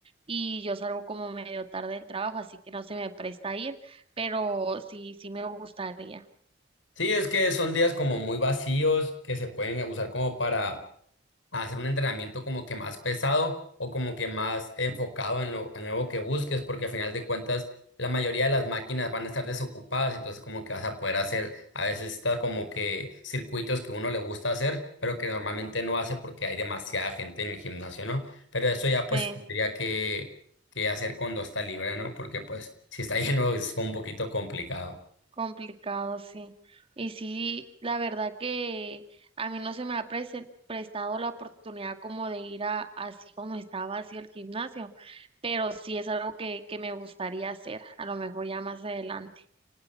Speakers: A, on the right; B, on the left.
A: y yo salgo como medio tarde del trabajo, así que no se me presta ir, pero sí, sí me gustaría.
B: Sí, es que son días como muy vacíos que se pueden usar como para a hacer un entrenamiento como que más pesado o como que más enfocado en lo, nuevo que busques, porque al final de cuentas la mayoría de las máquinas van a estar desocupadas, entonces como que vas a poder hacer a veces está como que circuitos que uno le gusta hacer, pero que normalmente no hace porque hay demasiada gente en el gimnasio, ¿no? Pero eso ya pues
A: Sí,
B: tendría que, que hacer cuando está libre, ¿no? Porque pues si está <laughs> lleno es un poquito complicado.
A: complicado, sí. Y sí, la verdad que a mí no se me ha prese- prestado la oportunidad como de ir a así como estaba así el gimnasio, pero sí es algo que, que me gustaría hacer, a lo mejor ya más adelante.